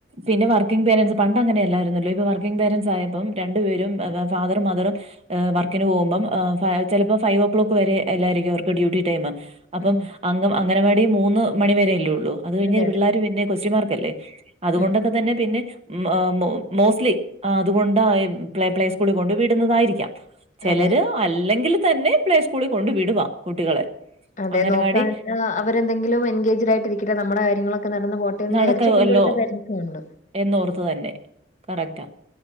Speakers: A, on the right; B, on the left.
A: പിന്നെ വർക്കിംഗ് പരെന്റ്സ് പണ്ട് അങ്ങനെ അല്ലായിരുന്നല്ലോ ഇപ്പൊ വർക്കിംഗ പരെന്റ്സ് ആയപ്പം രണ്ടു പരും ഫാദറും മദറും ഏഹ് വർക്കിന് പോകുമ്പം ഉഹ് ചിലപ്പോ ഫൈവ് ഓ ക്ലോക്ക് വരെ എല്ലായിരിക്കും അവർക്ക് ഡ്യൂട്ടി ടൈം അപ്പം
B: ഉം
A: അംഗ അംഗനവാടി മൂന്ന് മണിവരെ അല്ലേ ഉള്ളൂ അത് കഴിഞ്ഞ
B: അതെ അതെ
A: പിള്ളേർ പിന്നെ ക്വസ്റ്റിൻ മാർക്കല്ലേ അതുകൊണ്ടൊക്കെ
B: ഉം
A: തന്നെ പിന്നെ ഹ്മ്മ് അഹ് മോസ്റ്റ്ലി അതുകൊണ്ട് പ്ല പ്ലെയ്‌സ്‌ക്കൂൾ കൊണ്ട് വിടുന്നതായിരിക്കാം ചെലര്
B: അതെ
A: അല്ലെങ്കിൽ തന്നെ പ്ലേ സ്കൂളിൽ കൊണ്ട് വിടുവാ കുട്ടികളെ
B: അതെ
A: അംഗനവാടി
B: നോക്കാ അവരെന്തെങ്കിലും എൻഗേജ്ഡ് ആയിട്ടിരിക്കട്ടേ നമ്മുടെ കാര്യങ്ങളൊക്കെ നടന്നു പോ എന്ന്
A: നടക്കുവല്ലോ
B: വിചാരിച്ചു കൊണ്ടിടുന്ന പറന്റ്സുംണ്ട്
A: എന്നോർത്ത് തന്നെ കറക്റ്റാ